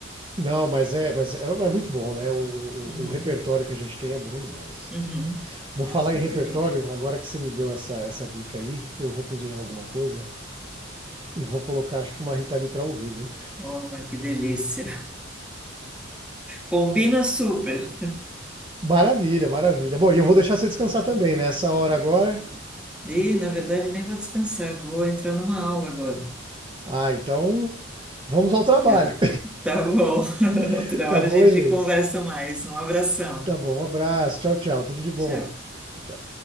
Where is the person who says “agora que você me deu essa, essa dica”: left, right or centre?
Right